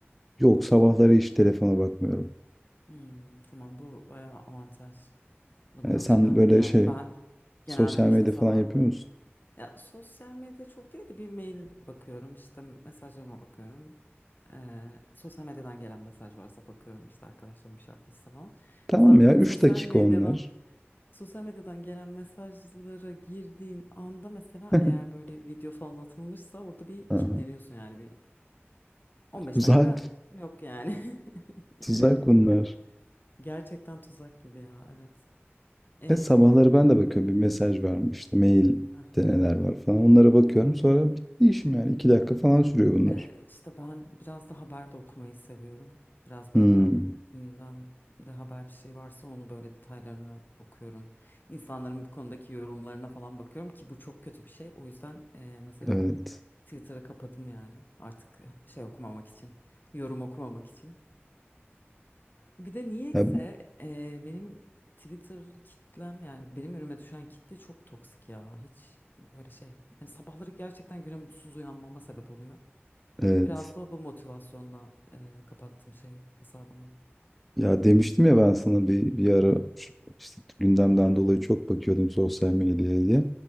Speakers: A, in the centre; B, on the left.
A: Yok sabahları hiç telefona bakmıyorum.
B: Hmm, tamam bu bayağı avantajlı
A: Yani
B: bir alışkanlık
A: sen böyle
B: yani.
A: şey
B: Ben genelde
A: sosyal
B: işte
A: medya
B: sabah
A: falan yapıyor musun?
B: ya sosyal medya çok değil de bir mail bakıyorum işte mesajlarıma bakıyorum. Ee, sosyal medyadan gelen mesaj varsa bakıyorum işte arkadaşlarım bir şey atmışsa falan.
A: Tamam
B: Zaten
A: ya 3
B: sosyal
A: dakika
B: medyadan
A: onlar.
B: sosyal medyadan gelen mesajlara girdiğin anda mesela
A: <laughs>
B: eğer böyle video falan atılmışsa orada bir
A: Aha,
B: kilitleniyorsun yani bir 15
A: Tuzak.
B: dakika yok yani. <laughs>
A: Tuzak bunlar.
B: Ger- Gerçekten tuzak gibi ya evet. Ee,
A: E sabahları ben de bakıyorum bir mesaj var mı işte mailde
B: aha,
A: neler var falan onlara bakıyorum sonra bitti işim yani 2 dakika falan sürüyor bunlar.
B: ee, işte ben biraz da haber de okumayı seviyorum. Biraz
A: Hmm,
B: böyle eğer gündemde haber bir şey varsa onu böyle detaylarına okuyorum. İnsanların bu konudaki yorumlarına falan bakıyorum ki bu çok kötü bir şey. O yüzden ee, mesela
A: evet.
B: Twitter'ı kapadım yani artık şey okumamak için, yorum okumamak için. Bir de niyeyse
A: Ya-
B: e, benim Twitter kitlem yani benim önüme düşen kitle çok toksik ya. Hiç böyle şey. Hani sabahları gerçekten güne mutsuz uyanmama sebep oluyor.
A: <laughs> evet.
B: Biraz da bu motivasyonla e, kapattım şeyi hesabımı.
A: Ya demiştim ya ben sana bir, bir ara şu- işte gündemden dolayı çok bakıyordum sosyal medyaya diye.